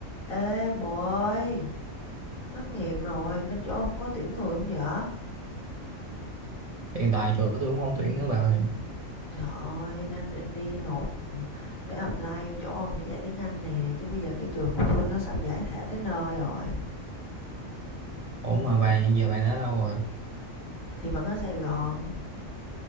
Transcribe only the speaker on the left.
Ê bồ ơi, thất nghiệp rồi, bên chỗ ông có tuyển người không vậy?
Trời ơi, đang định đi nộp ừ, để apply vô chỗ ông để dạy tiếng Anh nè, chứ bây giờ cái trường của tôi nó sắp giải thể tới nơi rồi.
Thì vẫn ở Sài Gòn.